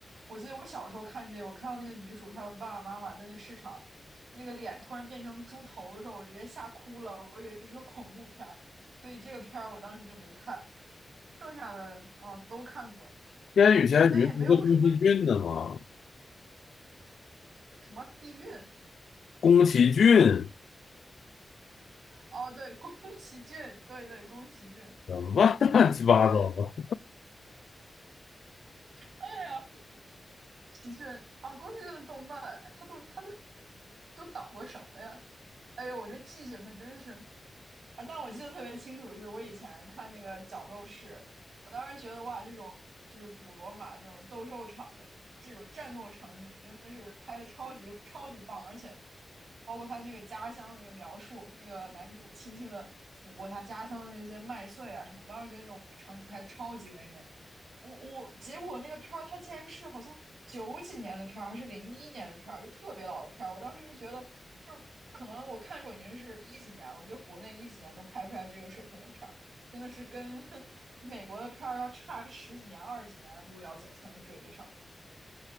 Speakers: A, on the right; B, on the left.
A: 我记得我小时候看这个，我看到那个女主她的爸爸妈妈在那个市场，那个脸突然变成猪头的时候，我直接吓哭了，我以为这是个恐怖片儿，所以这个片儿我当时就没看。剩下的啊、哦都看过，
B: 《烟雨闲鱼》不是宫崎骏的吗？
A: 哎呦，但也没有什么特别什么避孕，
B: 宫崎骏
A: 哦，对，宫崎骏，对对，宫崎骏，
B: 怎么办乱七八糟的。
A: 哎，对呀，宫崎骏啊，宫崎骏的动漫，哎他都他都都导过什么呀？哎呦，我这记性可真是啊！但我记得特别清楚，是我以前看那个《角斗士》，我当时觉得哇，这种就是古罗马这种斗兽场的这种战斗场景，真的是拍的超级超级棒，而且包括他那个家乡的那个描述，那个男主轻轻的抚过他家乡的那些麦穗啊什么，我当时觉得那种场景拍的超级唯美。我我结果那个片儿，它竟然是好像九几年的片儿，还是零一年的片儿，就特别老的片儿。我当时就觉得，就是可能我看的时候已经是一几年了，我觉得国内一几年都拍不出来这个水平的片儿，真的是跟 <laughs> 美国的片儿要差十几年、二十几年的路要走才能追得上。